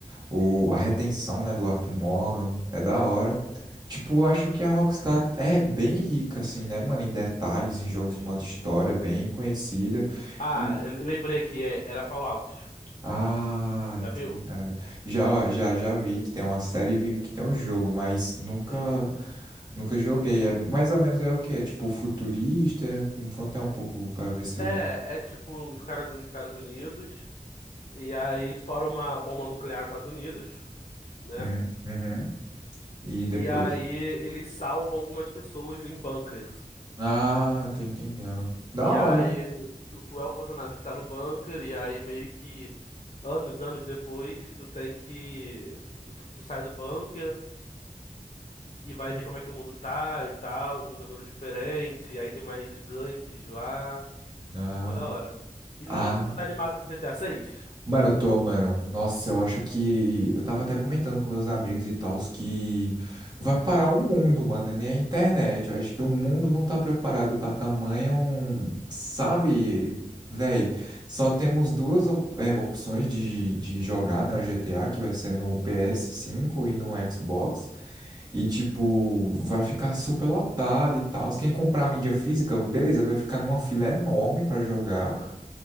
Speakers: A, on the right (about 30°); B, on the left (about 55°).
A: O... A retenção, né, do Arthur Morgan. É da hora. Tipo, eu acho que a Rockstar é bem rica, assim, né, mano? Em detalhes, em jogos
B: Sim,
A: de modo história,
B: sim.
A: bem conhecida.
B: Ah,
A: E-
B: eu lembrei que é- era Fallout.
A: Ah,
B: Já viu?
A: tô ligado. Já, já, já vi que tem uma série e vi que tem um jogo, mas nunca,
B: Sim.
A: nunca joguei. É mais ou menos é o quê? É tipo futurista? Me conta um pouco pra ver se
B: É,
A: eu.
B: é tipo os caras dos Estados Unidos e aí estoura uma bomba nuclear nos Estados Unidos, né?
A: Hum, uhum. E depois?
B: E aí eles salvam algumas pessoas em bunkers.
A: Ah, eu tô entendendo. Da
B: E aí
A: hora.
B: tu, tu é o personagem que tá no bunker e aí meio que anos, anos depois tu tem que tu, tu, tu sai do bunker e vai ver como é que o mundo tá e tal, o mundo tá todo diferente, e aí tem mais gangues lá.
A: Ah,
B: Mó da hora. E
A: ah.
B: tu, tu tá animado pro GTA 6?
A: Mano, eu tô, mano. Nossa, eu acho que. Eu tava até comentando com meus amigos e tals que vai parar o mundo, mano, né? nem a internet. Eu acho que o mundo não tá preparado pra tamanho. um- Sabe, véi?
B: Sim.
A: Só temos duas op- é, opções de, de jogar, né? O GTA, que vai ser no ps cinco e no Xbox. E, tipo, vai ficar super lotado e tal. Quem comprar a mídia física, beleza, vai ficar numa fila enorme pra jogar.
B: Aham.